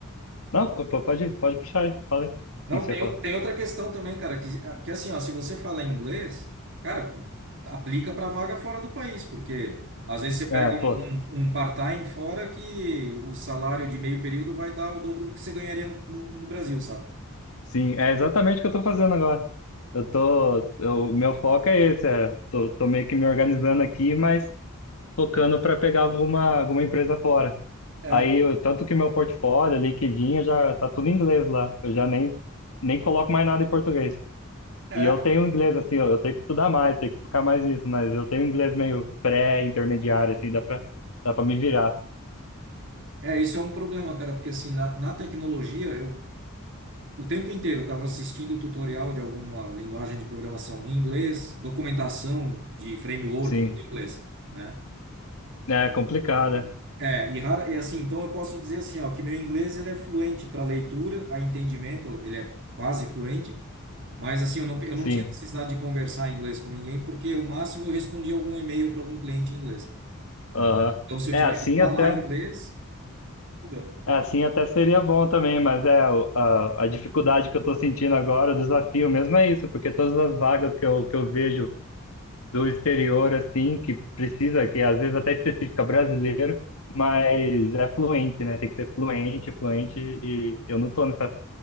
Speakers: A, on the left; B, on the right.
A: Não, pô, pode, pode puxar aí, fala aí. O
B: Não,
A: que que você
B: tem,
A: ia falar?
B: o- tem outra questão também, cara, que, que assim, ó, se você fala inglês, cara, aplica para vaga fora do país, porque às vezes você
A: É,
B: pega
A: pô,
B: um, um um part-time fora que o salário de meio período vai dar o dobro do que você ganharia no, no, no Brasil, sabe?
A: sim, é exatamente o que eu tô fazendo agora. Eu tô, eu, meu foco é esse, é, tô, tô meio que me organizando aqui, mas focando para pegar alguma, alguma empresa fora.
B: É,
A: Aí, eu- tanto que meu portfólio, LinkedIn, eu já tá tudo em inglês lá. Eu já nem, nem coloco mais nada em português.
B: é,
A: E eu tenho inglês, assim, eu, eu tenho que estudar mais, tenho que focar mais nisso, mas eu tenho inglês meio pré-intermediário, assim, dá pra, dá pra me virar.
B: é, isso é um problema, cara, porque assim, na, na tecnologia, eu o tempo inteiro eu estava assistindo tutorial de alguma linguagem de programação em inglês, documentação de framework,
A: Sim.
B: tudo em inglês, né?
A: É complicada,
B: É, e rara, e assim, então eu posso dizer assim, ó, que meu inglês ele é fluente para leitura, a entendimento, ele é quase fluente, mas assim, eu não, eu
A: sim.
B: não tinha necessidade de conversar em inglês com ninguém, porque o máximo eu respondia algum e-mail para algum cliente em inglês.
A: Aham.
B: Então, se eu
A: É
B: tiver
A: assim
B: que falar
A: até.
B: inglês, fudeu.
A: Assim até seria bom também, mas é o- a, a dificuldade que eu estou sentindo agora, o desafio mesmo é isso, porque todas as vagas que eu, que eu vejo do exterior, assim, que precisa, que às vezes até específica brasileiro, mas é fluente, né? Tem que ser fluente, fluente, e eu não estou nessa